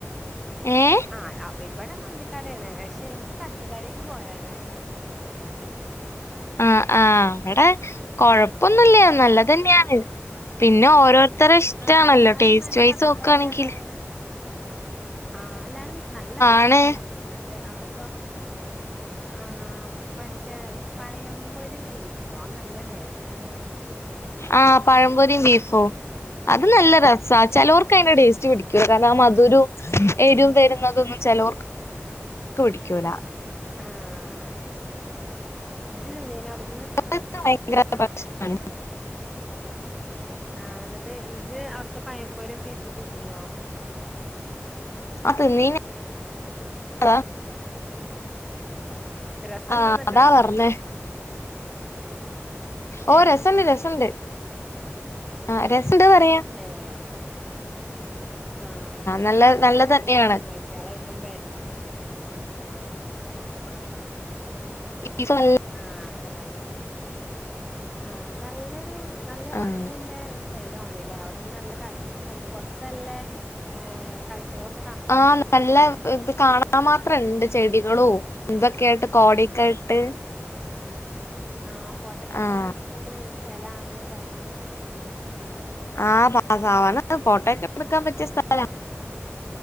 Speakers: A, on the left; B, in the centre.
A: ഏഹ്
B: ആഹ് അവ് ഇവടെ മന്തിക്കടയാണ് അഷേ എന്ക്ക് തട്ടുകടേക്ക് പോരാനാഷ്ട്ടം
A: ആഹ് ആഹ് വ്ടെ കൊഴപ്പൊന്ന്ല്ല
B: ആഹ്
A: നല്ലതെന്നെയാണ് പിന്നെ ഓരോര് ത്രഷ്ടാണല്ലോ
B: ആഹ് എല്ലാരും
A: ടേസ്റ്റ്
B: നല്ല
A: വൈസ്
B: അഭിപ്രായ
A: നോക്ക്വാണെങ്കിൽ
B: പറയണെ ആഹ് ല്ലാരും നല്ല അഭിപ്രായം
A: ആണ്
B: പറഞ്ഞുന്ന്ട്ട് അവ്ടെന്തോ ആഹ് മറ്റേ പയംപൊരിം ബീഫ്വോ അത് നല്ല ടേസ്റ്റാന്നർഞ്ഞ
A: ആഹ് പഴംപൊരിം ബീഫും അത് നല്ല രസാ ചെലവർക്ക്യ്ന്റെ
B: ആഹ്
A: ടേസ്റ്റ് പിട് ക്യുതാന്നാമധുരോം എരും വരുന്നതൊന്നും ചെലോവർക്ക് ക്ക്പിട്ക്കൂല
B: ആഹ് ഇജ്ജ് തിന്നീനവ്ട്ന്ന്
A: <unintelligible> ഭയങ്കരായ് ഭക്ഷണാണ്
B: ആഹ് എന്ന്ട്ട് ഇജ്ജ് അവ്ട്ത്തെ പയമ്പൊരിം ബീഫും തിന്നീനോ
A: ആഹ് തിന്നീന് അഹ്
B: രസണ്ടോ
A: ആഹ്
B: എന്നിട്ട്
A: അതാ പർഞ്ഞെ ഓഹ്
B: ഏഹ്
A: രസൊണ്ട് രസൊണ്ട് ആഹ് രസൊണ്ട്ന്ന് പറയാ
B: ഏഹ് എഹ് ആഹ് അപ്പൊ
A: നല്ല
B: ഞാന്
A: നല്ലത്
B: അങ്ങട്ട്
A: തന്നെയാണ്
B: ചങ്ങായ്ച്ച്കളായ്ട്ടും വെര്ണം
A: ഇ <unintelligible>
B: ആഹ് ചങ്ങായ്ച്ച് ആഹ് നല്ലൊരു നല്ല
A: ആഹ്
B: ഭംഗിയ്ല്ലേ സ് സ്ഥലാണ്ല്ലേ അവിട്ങ്ങനെ നല്ല കാഴ്ച്ചക്കെ കണ്ട് പൊറത്ത്നല്ലേ ഏഹ് കാഴ്ചകളക്ക്
A: ആഹ് നല്ല ഇത് കാണാമാത് ഫ്രണ്ട് ചെടികളു ന്തൊക്കെയായ്ട്ട് കോടെക്കെയ്ട്ട്
B: ആഹ് ആഹ് ഫോട്ടോക്കെട്ക്കാൻ
A: ആഹ്
B: പറ്റ്ന്നൊര് സ്ഥലാണ് പർഞ്ഞു
A: ആഹ് <unintelligible> ഫോട്ടക്കെട്ക്കാൻ പറ്റിയ സ്ഥല